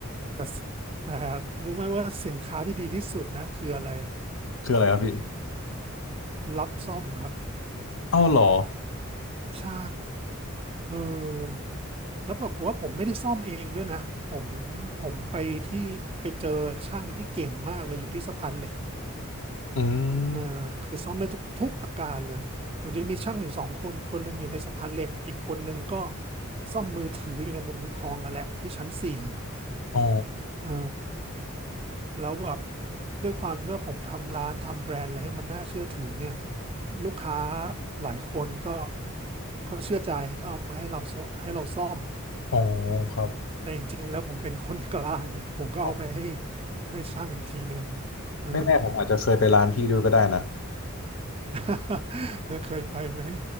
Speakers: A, on the right (about 25°); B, on the left (about 65°).
A: แต่สแต่รู้ไหมว่าสินค้าที่ดีที่สุดนะคืออะไร
B: คืออะไรครับพี่
A: รับซ่อมครับ
B: เอ้าเหรอ
A: ใช่เออแล้วปรากฏว่าผมไม่ได้ซ่อมเองด้วยนะผมผมไปที่ไปเจอช่างที่เก่งมากเลยอยู่ที่สะพานเหล็ก
B: อื
A: เออคือซ่อมได้ทุกทุกอาการเลยผมจะมีช่างอยู่สองคนคนหนึ่งอยู่ในสะพานเหล็กอีกคนหนึ่งก็
B: ม
A: ซ่อมมือถืออยู่ในมุมบุญครองนั่นแหละที่ชั้นสี่
B: อ๋อ
A: เออ แล้วแบบด้วยความที่ว่าผมทำร้านทำแบรนด์อะไรให้มันน่าเชื่อถือเนี่ยลูกค้าหลายคนก็ก็เชื่อใจก็เอามาให้เราซ่อให้เราซ่อม
B: อ๋อครับ
A: แต่จริงๆแล้วผมเป็นคนกลาง <laughs> นะผมก็เอาไปให้
B: อ๋อ
A: ให้ช่างอีกทีหนึ่งเออ
B: ไม่แน่ผมอาจจะเคยไปร้านพี่ด้วยก็ได้นะ
A: <laughs> แล้วเคยไปไหม